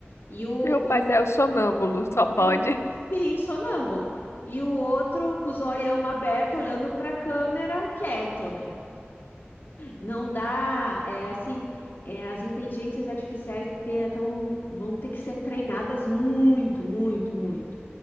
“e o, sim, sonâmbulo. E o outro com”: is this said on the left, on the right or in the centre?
Left